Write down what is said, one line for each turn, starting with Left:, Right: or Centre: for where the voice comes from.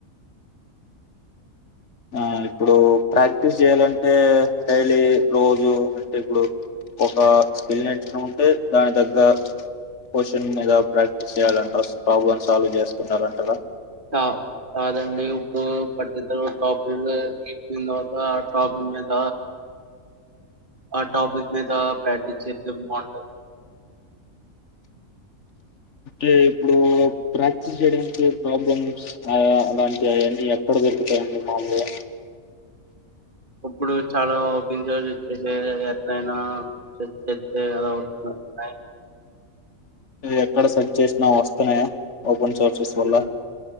Left: ఆ ఇప్పుడు ప్రాక్టీస్ చెయాలంటే డైలీ రోజు అంటే ఇప్పుడు ఒక స్కిల్ నేర్చుకున్నాం ఉంటే దాని తగ్గ క్వశ్చన్ మీద ప్రాక్టీస్ చేయాలంటారు ప్రాబ్లం సాల్వ్ చేసుకున్నారంటారా
Right: త కాదండి ఇప్పుడు పట్టితరు టాపీన తర్వాత ఆ టాపి మీద ఆ టాపిక్ మీద ప్రాక్టీస్ చేస్తే బాగుంటది
Left: అంటే ఇప్పుడు ప్రాక్టీస్ చేయడానికి ప్రాబ్లమ్స్ అలాంటివిన్నీ ఎక్కడ ద రుకుతాయండి మాములుగా
Right: ఇప్పుడు చాలా <unintelligible> ఎటైనా చేస్తేస్తే అలా వస్తు అ
Left: ఎక్కడ సెర్చ్ చేసినా వస్తున్నాయా ఓపెన్ సోర్సెస్ వల్ల
Right: ఉహూ